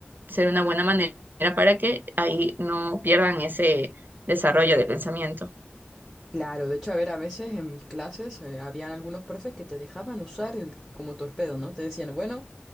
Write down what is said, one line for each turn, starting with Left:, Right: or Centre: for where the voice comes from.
Right: ser una buena manera para que ahí no pierdan ese desarrollo de pensamiento.
Centre: Claro, de hecho, a ver, a veces en mis clases eh, habían algunos profes que te dejaban usar el, como torpedo, ¿no? Te decían, bueno,